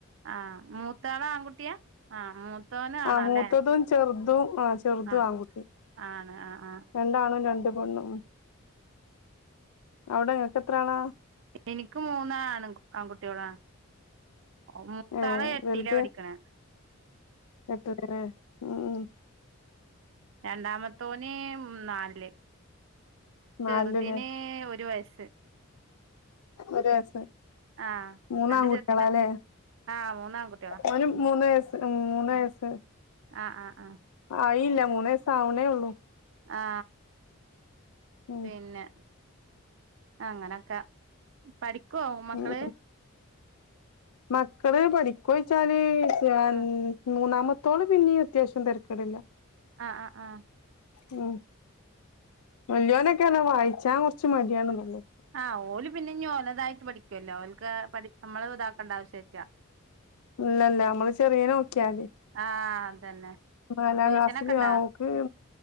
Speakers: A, on the right; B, on the left.
A: ആ മൂ മൂത്താള് ആൺകുട്ടിയ ആ മൂത്തോനാണാല്ലേ
B: ആഹ് മൂത്തതും ചെറുതും ആഹ് ചെറുതും
A: ആ.
B: ആൺകുട്ടി
A: ആണ് ആ ആഹ
B: രണ്ടാണും രണ്ട് പെണ്ണും അവിടെ ഇങ്ങക്ക് എത്രാളാ.
A: എനിക്ക് മൂന്ന് ആണ് ആങ്കുട്ട്യോളാ. ഓ മൂത്താള്
B: ഏ
A: എട്ടില
B: വലുത്
A: പടിക്ക്ണേ
B: <unintelligible> ഉം ഉം
A: രണ്ടാമത്തോന് നാലില് ചെറുതിന്
B: നാലിലല്ലേ
A: ഒരു വയസ്
B: ഒരു വയസ്
A: ആഹ്
B: മൂന്നാംകുട്ട്യളാലെ
A: അന്റെ ചെറുതിന് ആഹ് മൂന്നാൺകുട്ടികളാ
B: ഓന് മൂന്ന് വയസ്സ് ഉം മൂന്ന് വയസ്സ്
A: ആ ആ ആ
B: കയില്ല മൂന്നേസാവണേള്ളൂ
A: ആ
B: ഉം
A: പിന്നെ അങ്ങനൊക്കെ പഠിക്കുവോ മക്കള്
B: ഉം മക്കള് പഠിക്കോയ്ച്ചാല് രണ്
A: ആഹ്
B: മൂന്നാമ ത്തോള് പിന്നെം അത്യാവശ്യം തരക്കേടില്ല
A: ആ ആ ആ
B: ഉം വല്യോനൊക്കേണ് വായിച്ചാൻ കൊർച്ച് മടിയാണെന്നുള്ളൂ
A: ആ ഓല് പിന്നെനി ഓലതായിട്ട് പഠിക്കുവല്ലോ ഓല്ക്ക് പഠി നമ്മള് ഇതാക്കേണ്ട ആവശ്യല്ല്യ
B: ഇല്ലല്ല അമ്മള് ചെറിയെനെ ഓക്കിയാതി
A: ആഹ് അതന്നെ
B: നാലാം
A: ട്യൂഷനൊക്കെ
B: ക്ലാസില്
A: ഇണ്ടാ
B: ആ ഓക്ക്